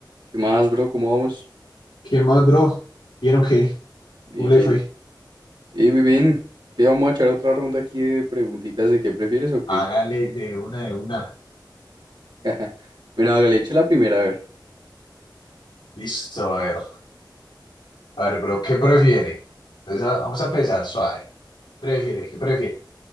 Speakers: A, on the right (about 75°); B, on the left (about 80°).
A: ¿Qué más, bro? ¿Cómo vamos?
B: ¿Qué más, bro? ¿Bien o qué?
A: Bien,
B: ¿Cómo le
A: bien.
B: fue?
A: Bien, bien, bien. ¿Qué vamos a echar otra ronda aquí de preguntitas de qué prefieres o qué?
B: Hágale de una de una.
A: <laughs> Bueno, hágale, eche la primera, a ver.
B: Listo, a ver. A ver, bro, ¿qué prefiere? Entonces, a- vamos a empezar suave. ¿Prefiere? ¿Qué prefiere?